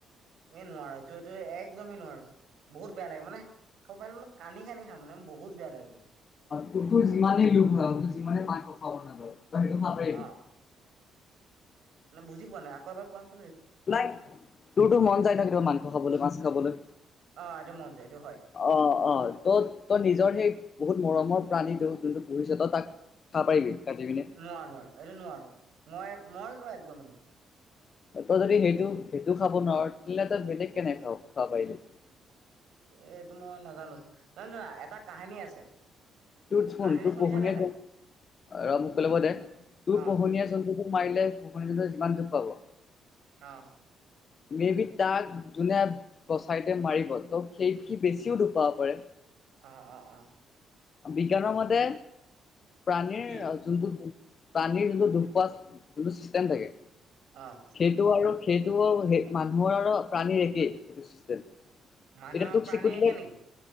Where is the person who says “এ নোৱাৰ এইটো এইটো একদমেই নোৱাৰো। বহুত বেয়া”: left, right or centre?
Right